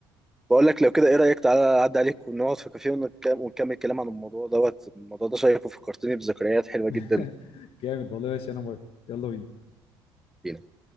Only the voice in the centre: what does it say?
بقول لك لو كده ايه رايك تعالى اعدي عليك ونقعد في كافيه ونك- ونكمل كلام عن الموضوع دوت الموضوع ده شيق وفكرتني بذكريات حلوه
جدا
لينا